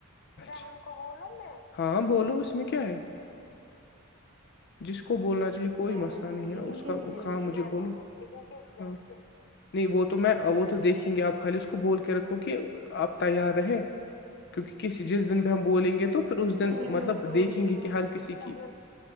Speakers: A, on the left; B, on the right.
A: جم کو گول ن ہاں بولو اس میں کیا ہے جس کو اس کو بولنا چاہیے کوئی
B: میں
A: مسئلہ
B: بولوں
A: نہیں
B: گی لیکن
A: ہے اس
B: کس
A: کا
B: دن
A: ہاں
B: کس
A: مجھے
B: دن
A: بولو ہ نہیں وہ تو میں وہ تو دیکھیں گے آپ خالی اس کو بول کے رکھو کہ آپ تیار رہے کیونکہ کسی جس دن بھی ہم بولیں گے تو پھر اس دن
B: پہلے
A: مطلب
B: میں بولوں
A: دیکھیں
B: گی
A: گے
B: نا
A: کہ
B: اس
A: ہر
B: کو
A: کسی کی